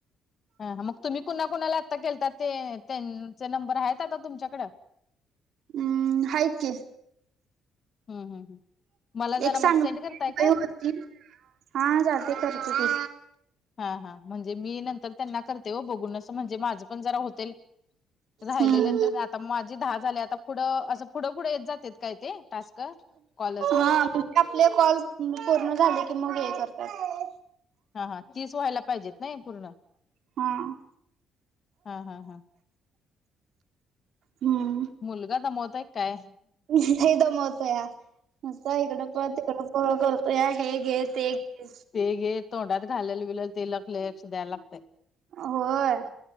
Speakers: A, on the left; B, on the right.
A: हा मग तुम्ही कुणा कुणाला आत्ता केलतात ते त्यांचे नंबर आहेत आता तुमच्याकडं.
B: हम्म हायत की.
A: हम् हम मला जरा
B: एक सांग
A: मग सेंड करताय काय?
B: यावरती. हा चालते करते की.
A: हा हा म्हणजे मी नंतर त्यांना करते हो बघून असं म्हणजे माझं पण जरा होतेल. राहिलेलं
B: हम्म
A: तर आता माझे दहा झाले आता पुढं असं पुढं पुुढं येत जातात काय ते टास्क. कॉल असं
B: हा आपले कॉल पूर्ण झाले की मग हे करतायत.
A: हा हा तीस व्हायला पाहिजेत नाही पूर्ण.
B: हां.
A: हां हां हां.
B: हम्म.
A: मुलगा दमयतोय काय?
B: लय दमयतोया नुसत इकडं पळ तिकडं हो करतोया हे घे ते गे.
A: ते घे तोंडात घालेल विलेल ते लक लक्ष द्याय लागतय.
B: होय.